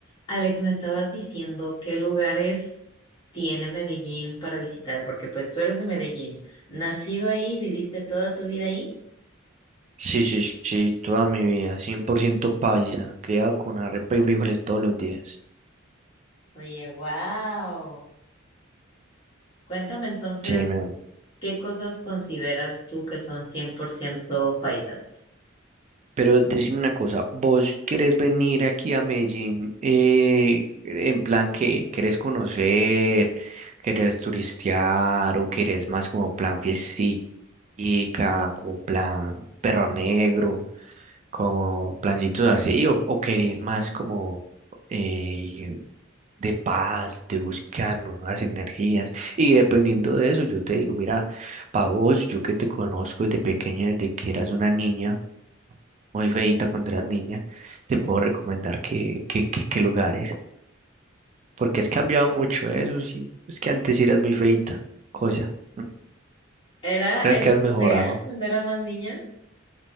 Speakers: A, on the left (about 25°); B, on the right (about 35°).
A: Alex, me estabas diciendo qué lugares tiene Medellín para visitar, porque pues tú eres de Medellín, nacido ahí, viviste toda tu vida ahí.
B: Sí, sí, sí, sí, toda mi vida, 100% paisa, criado con arepa y frijoles todos los días.
A: Oye, wow. Cuéntame entonces,
B: Sí, me
A: ¿qué cosas consideras tú que son 100% paisas?
B: Pero decime una cosa, ¿vos querés venir aquí a Medellín eh, en plan que querés conocer, querés turistear o querés más como plan fiestica, como plan perro negro, como plancitos así o, o querés más como eh, de paz, de buscar nuevas energías? Y dependiendo de eso, yo te digo, mira, para vos, yo que te conozco desde pequeña, desde que eras una niña muy feita cuando eras niña, te puedo recomendar que, que, que, que lugares, porque has cambiado mucho, ¿eh? eso sí. Es que antes sí eras muy feita, cosa. Mm.
A: ¿Era,
B: Sabes
A: era
B: que has mejorado.
A: fea cuando era más niña?